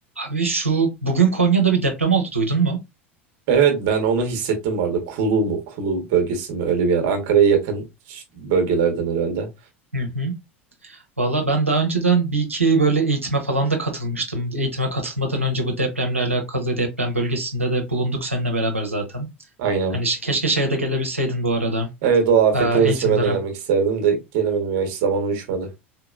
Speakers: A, on the right; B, on the right.
A: Abi şu bugün Konya'da bir deprem oldu duydun mu?
B: Evet ben onu hissettim vardı. Kulu mu? Kulu bölgesi mi? Öyle bir yer. Ankara'ya yakın ş- bölgelerden herhalde.
A: Hı hı. Valla ben daha önceden bir iki böyle eğitime falan da katılmıştım. Eğitime katılmadan önce bu depremle alakalı deprem bölgesinde de bulunduk seninle beraber zaten.
B: Aynen.
A: Hani şey- keşke şeye de gelebilseydin bu arada
B: Evet o afet
A: e,
B: görüntüsüne
A: eğitimlere.
B: ben de gelmek isterdim de gelemedim ya. Hiç zaman uyuşmadı.